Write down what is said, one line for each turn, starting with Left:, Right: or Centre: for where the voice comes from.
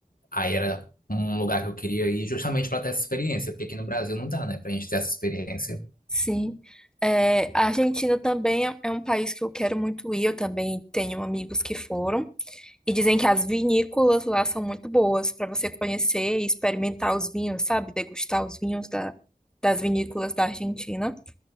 Left: Aí era um lugar que eu queria ir justamente para ter essa experiência, porque aqui no Brasil não dá, né, pra gente ter essa experiência.
Centre: sim. É, a Argentina também é um, é um país que eu quero muito ir. Eu também tenho amigos que foram e dizem que as vinícolas lá são muito boas para você conhecer e experimentar os vinhos, sabe? Degustar os vinhos da, das vinícolas da Argentina.